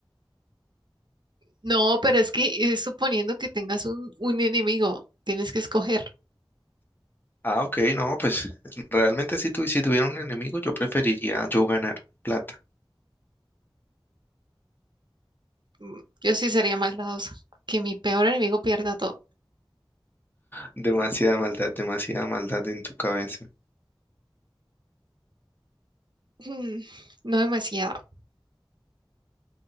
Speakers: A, on the right; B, on the left.
A: No, pero es que es suponiendo que tengas un, un enemigo, tienes que escoger.
B: Ah, ok, no, pues realmente si, tu- si tuviera un enemigo, yo preferiría yo ganar plata.
A: Mm, Yo sí sería maldadosa. Que mi peor enemigo pierda todo.
B: Demasiada maldad, demasiada maldad en tu cabeza.
A: Mm, No demasiado.